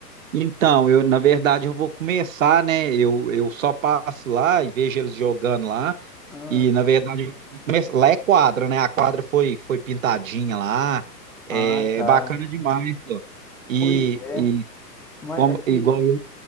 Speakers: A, on the right; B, in the centre.
A: então, eu na verdade eu vou começar, né? Eu, eu só passo lá e vejo eles jogando lá
B: Ah,
A: e na verdade eu vou começar- lá é quadra, né? A quadra foi foi pintadinha lá, é,
B: ah, tá.
A: é bacana demais, ó. E,
B: Pois é.
A: e
B: Mas
A: como
B: aqui,
A: igual eu,